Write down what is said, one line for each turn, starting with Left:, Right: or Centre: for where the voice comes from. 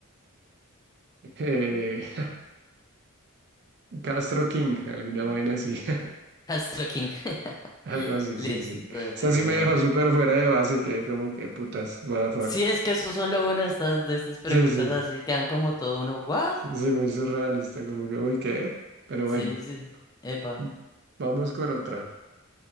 Right: eh, <laughs> Castro King, alguna vaina así. <laughs>
Left: Astro King. <laughs>
Right: Algo así,
Left: Listo.
Right: sí, sí. O sea,
Left: eh.
Right: sí me dejó súper fuera de base, que como que putas, what the fuck.
Left: Sí, es que eso son lo bueno de estas, de estas preguntas,
Right: Sí, sí,
Left: así quedan como todo uno, ¿what?
Right: sí, muy surrealista, como que, uy, ¿qué? Pero
Left: Sí,
Right: bueno,
Left: sí, epa.
Right: m- vamos con otra.